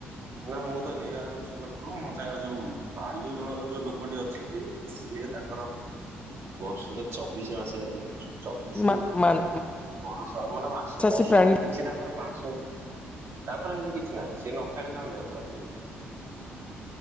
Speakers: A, on the right; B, on the left.
A: ନା ମୁଁ ତ ନିରାମିଷ ଲୋକ ମୋ ସାଙ୍ଗରେ ଯୋଉ ବାଲୁ ଜଣଙ୍କର ଯୋଉ ଲୋକଟି ଅଛନ୍ତି ସିଏ ତାଙ୍କର ବର୍ଷରେ ଚବିଶି ମାସ ହେଲେ ଚବିଶି
B: ମା ମାନ୍
A: ବ ମାନେ ମାସ
B: ମାଂସାଶୀ
A: ବର୍ଷ
B: ପ୍ରାଣୀ
A: କିଛି ତାଙ୍କର ମା ତାଙ୍କର ହେଲେ କିଛି ନାହିଁ ସେ ନ ଖାଲି ତ ଦେଓ ଖରାପ ହେଇଯିବ।